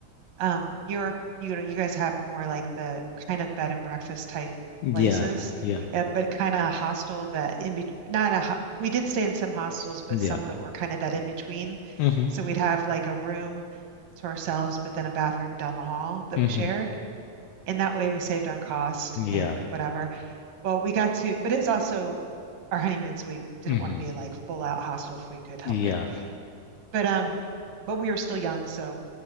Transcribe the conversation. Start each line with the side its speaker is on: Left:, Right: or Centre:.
Right: um Europe. You know, you guys have more like the kind of bed and breakfast type
Left: Yeah.
Right: places,
Left: Yeah.
Right: uh, but kind of hostel that in between. Not a ho we did stay in some hostels, but
Left: Yeah.
Right: some that were kind of that in between.
Left: Mm-hmm.
Right: So we'd have like a room to ourselves, but then a bathroom down the hall that
Left: Mm-hmm.
Right: we shared. And that way we saved on cost
Left: Yeah.
Right: and whatever. Well, we got to, but it was also our honeymoon, so we didn't
Left: Mm-hmm.
Right: want to be like full out hostel if we could help
Left: Yeah.
Right: it. But um, but we were still young, so